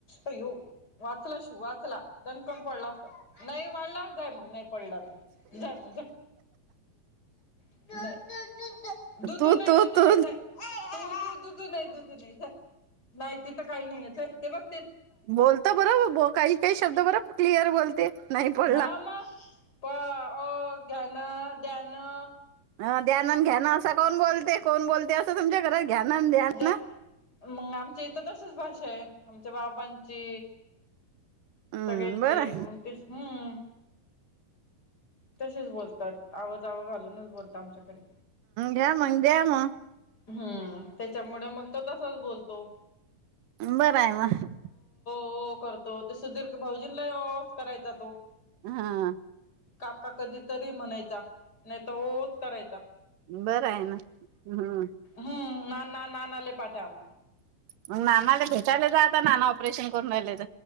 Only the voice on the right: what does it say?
तू तू
तू
बोलता बरं. काही काही शब्द बर क्लिअर बोलते. नाही पडला
अ. दयानान घ्याना असा काऊन बोलते कोण बोलते असं तुमच्या घरात? घ्या ना आणि द्या
ना
हम्म
बरं
घ्याम द्याम.
बरं आहे म.
हा.
बरं आहे ना. ह.
मग नानाला भेटायला जा नाना ऑपरेशन करून राहिलेत.